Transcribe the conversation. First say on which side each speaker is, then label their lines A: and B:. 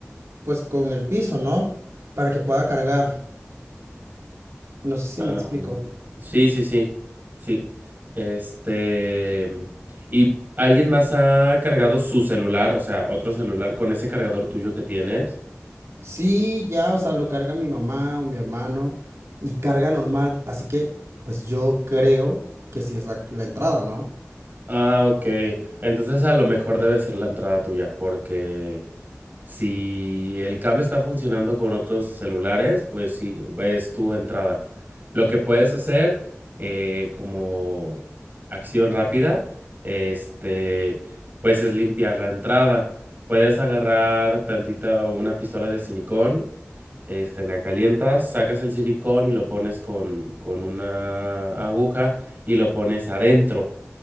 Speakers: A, on the right (about 90°); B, on the right (about 40°).
A: pues con el piso, ¿no? Para que pueda cargar. No sé si
B: Ah,
A: me explico.
B: sí, sí, sí, sí. Este... ¿Y alguien más ha cargado su celular, o sea, otro celular con ese cargador tuyo que tienes?
A: Sí, ya, o sea, lo carga mi mamá o mi hermano y carga normal. Así que, pues yo creo que sí es la, la entrada, ¿no?
B: Ah, ok. Entonces a lo mejor debe ser la entrada tuya, porque si el cable está funcionando con otros celulares, pues sí, es tu entrada. Lo que puedes hacer eh, como acción rápida, este, pues es limpiar la entrada. Puedes agarrar tantita o una pistola de silicón, este, la calientas, sacas el silicón y lo pones con, con una aguja y lo pones adentro.